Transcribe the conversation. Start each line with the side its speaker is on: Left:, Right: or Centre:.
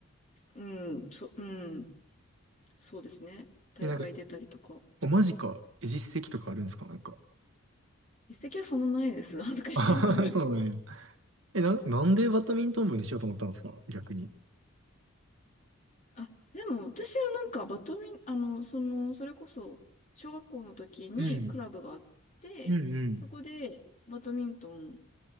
Left: うん、そ、うん。そうですね。大会出たりとか。
Right: え、なんか、お、マジか。え、実績とかあるんですかなんか。
Left: 実績はそんなないです。恥ずかしいけど。
Right: あははそうなんや。え、な、なんでバドミントン部にしようと思ったんですか逆に。
Left: あ、でも私はなんかバドミン、あの、その、それこそ、小学校の時にクラブがあって、
Right: うん。うんうん。
Left: そこでバドミントン